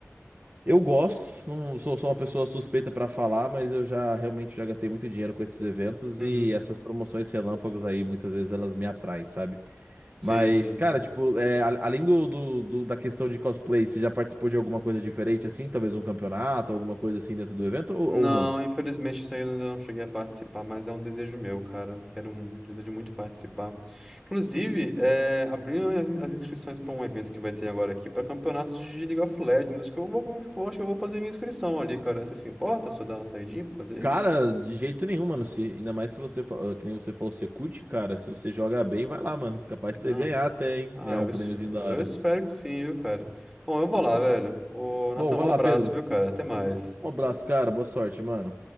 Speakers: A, on the right (about 35°); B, in the centre.
A: Eu gosto, não sou, sou uma pessoa suspeita pra falar, mas eu já realmente já gastei muito dinheiro com esses eventos
B: Uhum,
A: e essas promoções relâmpagos aí, muitas vezes elas me atraem, sabe?
B: sim,
A: Mas,
B: sim.
A: cara, tipo, é, a- além do, do- do- da questão de cosplay, você já participou de alguma coisa diferente assim? Talvez um campeonato, alguma coisa assim dentro do evento ou,
B: Não,
A: ou não?
B: infelizmente isso aí eu ainda não cheguei a participar, mas é um desejo meu, cara. Eu Quero um desejo muito participar. Inclusive, é, abrindo as, as inscrições para um evento que vai ter agora aqui para campeonato de League of Legends. Acho que eu vou, vou- acho que eu vou fazer minha inscrição ali, cara. Você se importa se eu dar uma saidinha pra fazer
A: Cara,
B: isso?
A: de jeito nenhum, mano. Se, ainda mais se você, fa- ah, que nem você falou, você curte, cara. Se você joga bem, vai lá, mano. Capaz
B: Não.
A: de você ganhar até, hein?
B: Ah,
A: Ganhar
B: eu,
A: um
B: es-
A: prêmiozinho da
B: eu
A: hora.
B: espero que sim, viu, cara. Bom, eu vou lá, velho. Ô, Nathan,
A: Bom, vai
B: um
A: lá,
B: abraço,
A: Pedro.
B: viu, cara? Até mais.
A: Um abraço, cara. Boa sorte, mano.